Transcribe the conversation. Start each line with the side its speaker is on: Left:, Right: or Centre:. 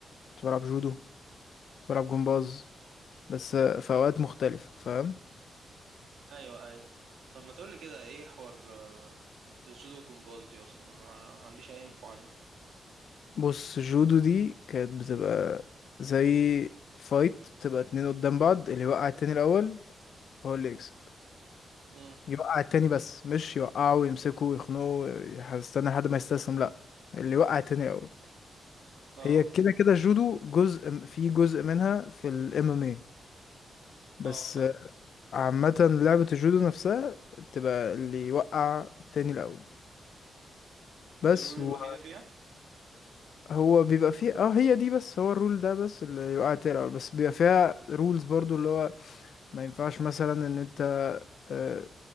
Left: كنت بلعب جودو كنت بلعب جمباز بس في اوقات مختلفه فاهم
Right: ايوه ايوه طب ما تقولي كده ايه حوار آه، الجودو والجمباز دي اصلا انا ما عنديش اي انفو عنهم
Left: بص جودو دي كانت بتبقى زي فايت بتبقى اتنين قدام بعض اللي يوقع التاني الأول هو اللي يكسب
Right: امم
Left: يوقع التاني بس مش يوقعه ويمسكه ويخنقه هستنى لحد ما يستسلم لأ اللي يوقع التاني الأول
Right: اه
Left: هي كده كده الجودو جزء م- في جزء منها في ال MMA بس
Right: اه فاهم
Left: عامة لعبة الجودو نفسها بتبقى اللي يوقع التاني الأول بس
Right: دي الرول
Left: و...
Right: الوحيدة فيها
Left: هو بيبقى فيه اه هي دي بس هو الرول ده بس اللي يوقع التاني الأول بس بيبقى فيها رولز برضو اللي هو ما ينفعش مثلا ان انت آه،